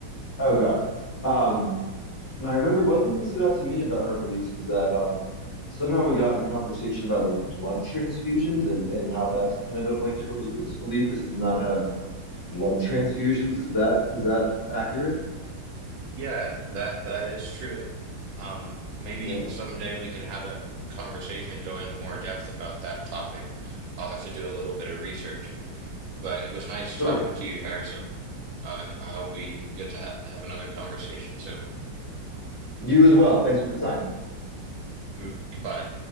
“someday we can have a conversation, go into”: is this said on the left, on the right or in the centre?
Right